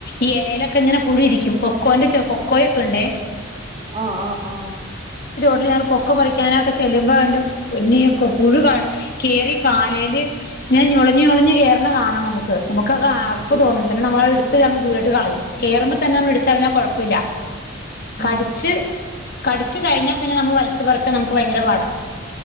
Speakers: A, on the left (about 50°); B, on the right (about 25°).
A: ഈ എലേലൊക്കെ ഇങ്ങനെ പുഴുയിരിക്കും കൊക്കോന്റെ കൊക്കോയൊക്കെയുണ്ടേ
B: ആഹ് ആഹ് ആഹ്
A: ഞങ്ങള് കൊക്കോ പറിക്കാനൊക്കെ ചെല്ലുമ്പോ എന്റെ പൊന്നെ- പുഴു ക കേറി കാലേല് ഇങ്ങനെ ഞൊളഞ്ഞ് ഞൊളഞ്ഞ് കേറണ കാണാം നമുക്ക് നമുക്കൊക്കെ ആഅർപ്പ്
B: ഉം
A: തോന്നും പിന്നെ നമ്മള് എടുത്ത് നമ്മള് ദൂരോട്ട് കളയും കേറുമ്പോ തന്നെ നമ്മള് എടുത്ത്കളഞ്ഞാൽ കൊഴപ്പല്ല
B: ഉം
A: കടിച്ച് കടിച്ച് കഴിഞ്ഞാപിന്നെ നമ്മള് വ- വലിച്ച് പറച്ചാ നമുക്ക് ഭയങ്കര പാടാ..